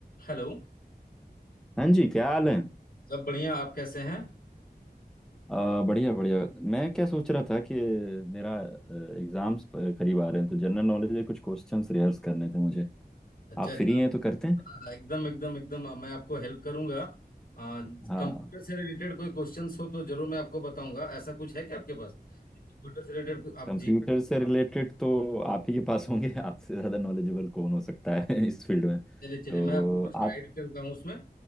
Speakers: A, on the left (about 60°); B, in the centre.
A: Hello
B: हाँ जी क्या हाल है
A: सब बढ़िया आप कैसे हैं
B: आ, बढ़िया बढ़िया मैं क्या सोच रहा था कि मेरा एग्जाम्स करीब आ रहे हैं तो जनरल नॉलेज के कुछ क्वेश्चंस रिहर्स करने थे मुझे
A: अच्छा
B: आप
A: अच्छा
B: फ्री हैं तो करते
A: हाँ,
B: हैं
A: हाँ, एकदम एकदम एकदम अ, मैं आपको हेल्प करूंगा कंप्यूटर
B: हाँ
A: से रिलेटेड कोई क्वेश्चंस हो तो जरूर मैं आपको बताऊंगा ऐसा कुछ है क्या आपके पास कंप्यूटर से रिलेटेड कुछ आप
B: कंप्यूटर
A: जी
B: से रिलेटेड तो आप ही के पास होंगे <laughs> आपसे ज़्यादा नॉलेजेबल कौन हो सकता है <laughs> इस फील्ड में
A: चलिए चलिए
B: तो
A: मैं आपको कुछ गाइड
B: आप
A: करता हूँ उसमें